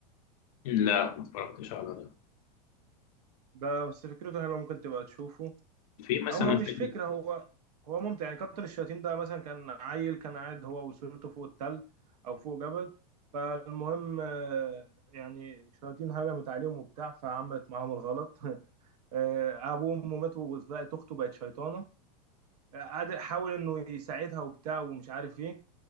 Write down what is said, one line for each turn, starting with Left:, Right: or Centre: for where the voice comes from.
Left: لا ما اتفرجتش على ده
Right: ده بس فكرته حلوه ممكن تبقى تشوفه
Left: في مثلا
Right: او هو مش
Left: فيلم
Right: فكره هو هو ممتع يعني كتر الشياطين ده مثلا كان عيل كان قاعد هو واسرته فوق التل او فوق جبل فالمهم آه، يعني الشياطين هجمت عليهم وبتاع فعملت معاهم الغلط <laughs> آه، ابوه وامه ماتوا وبقت اخته بقت شيطانه آه، قعد حاول انه يساعدها وبتاع ومش عارف ايه